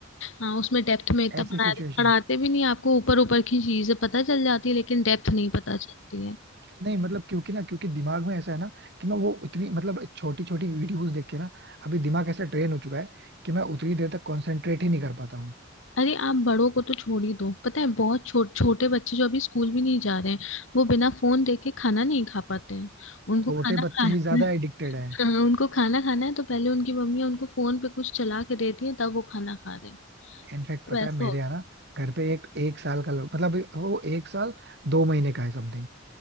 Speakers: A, on the left; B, on the right.
A: हाँ उसमें डेप्थ में इतना
B: ऐसी
A: पढ़ा
B: सिचुएशन
A: पढ़ाते भी नहीं आपको ऊपर ऊपर की चीजें पता चल जाती है लेकिन डेप्थ नहीं पता चलती है
B: नहीं मतलब क्योंकि ना क्योंकि दिमाग में ऐसा है ना कि मैं वो उतनी मतलब छोटी छोटी वीडियोस देख के ना अभी दिमाग ऐसा ट्रेन हो चुका है कि मैं उतनी देर तक कंसंट्रेट ही नहीं कर पाता हूँ
A: अरे आप बड़ों को तो छोड़ ही दो पता है बहुत छो, छोटे बच्चे जो अभी स्कूल भी नहीं जा रहे हैं वो बिना फोन देखे खाना नहीं खा पाते हैं उनको
B: छोटे
A: खाना
B: बच्चे
A: खाना
B: ही ज्यादा
A: <laughs>
B: एडिक्टेड हैं
A: हाँ, उनको खाना खाना है तो पहले उनकी मम्मी उनको फोन पे कुछ चला के देती है तब वो खाना खा रहे हैं
B: इनफैक्ट पता
A: तो ऐसा
B: है मेरे
A: हो गया
B: यहाँ ना घर पे एक एक साल का लड़का मतलब वो एक साल दो महीने का है समथिंग